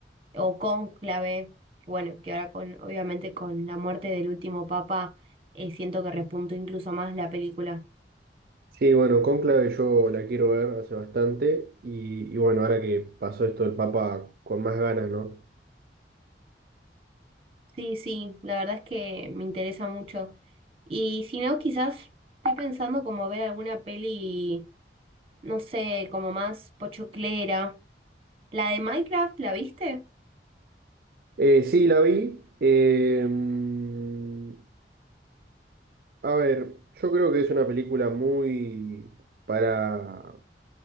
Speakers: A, on the right; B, on the right.
A: o Cónclave, que bueno, que ahora con, obviamente con la muerte del último papa, eh, siento que repuntó incluso más la película.
B: Sí, bueno, Cónclave yo la quiero ver hace bastante y, y bueno, ahora que pasó esto del Papa con más ganas, ¿no?
A: Sí, sí, la verdad es que me interesa mucho. Y si no, quizás estoy pensando como ver alguna peli, no sé, como más pochoclera. La de Minecraft, ¿la viste?
B: Eh, sí, la vi. Eh, mm, a ver, yo creo que es una película muy para,